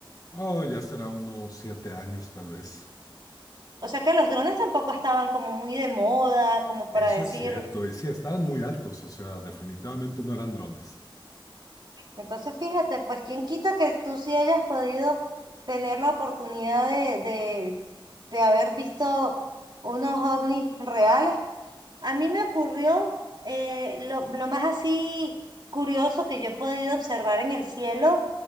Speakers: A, on the left; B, on the right.
A: oh, ya será unos siete años tal vez.
B: O sea que los drones tampoco estaban como muy de moda, como para
A: Eso
B: decir.
A: es cierto, y sí, estaban muy altos, o sea, definitivamente no eran drones.
B: Entonces, fíjate, pues quién quita que tú sí hayas podido tener la oportunidad de, de, de haber visto unos ovnis reales. A mí me ocurrió eh, lo, lo más así curioso que yo he podido observar en el cielo